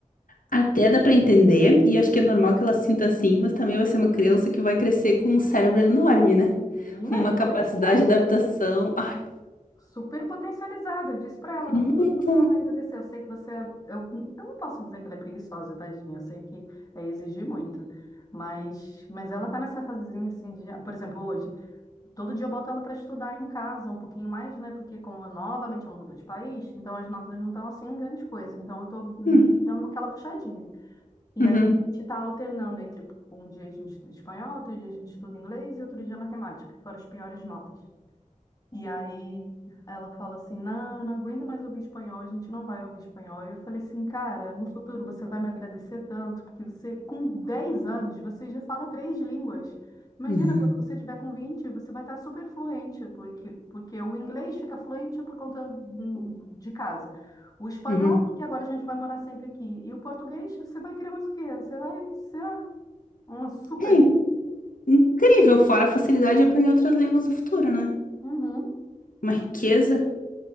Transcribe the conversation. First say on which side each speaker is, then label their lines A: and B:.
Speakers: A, on the left; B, on the left.
A: Até dá pra entender, e acho que é normal que ela se sinta assim, mas também vai ser uma criança que vai crescer com um cérebro enorme, né?
B: Menina,
A: <laughs> Uma
B: eu falei
A: capacidade
B: isso para ela.
A: de adaptação. Ai,
B: Super potencializada. Eu disse para ela,
A: muito.
B: no futuro você vai me agradecer. Eu sei que você... é- Eu, eu não posso dizer que ela é preguiçosa, tadinha. Eu sei que é exigir muito. Mas, mas ela tá nessa fasezinha assim de... Por exemplo, hoje, todo dia eu boto ela para estudar em casa um pouquinho mais, né? Porque como novamente ela mudou de país, então as notas não estão assim grande coisa. Então eu tô meio
A: Hum,
B: que dando aquela puxadinha. E
A: uhum,
B: aí a gente está alternando entre um dia a gente estuda espanhol, outro dia a gente estuda inglês e outro dia matemática, que foram as piores notas. E aí ela fala assim: Não, eu não aguento mais ouvir espanhol, a gente não vai ouvir espanhol. E eu falei assim: Cara, no futuro você vai me agradecer tanto, porque você, com 10 anos, você já fala três línguas. Imagina
A: uhum,
B: quando você tiver com 20, você vai estar super fluente, porque, porque o inglês fica fluente por conta hum, de casa. O espanhol,
A: uhum. uhum.
B: porque agora a gente vai morar sempre aqui. E o português, você vai querer mais o quê? Você vai ser uma super.
A: É in- incrível, fora a facilidade de aprender outras línguas no futuro, né?
B: Uhum.
A: Uma riqueza.